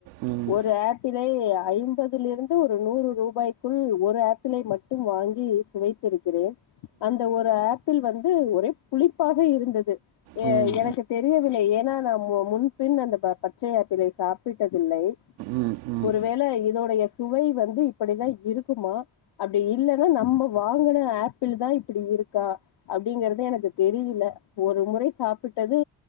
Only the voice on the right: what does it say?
ம்
ம்
ம் ம் ம்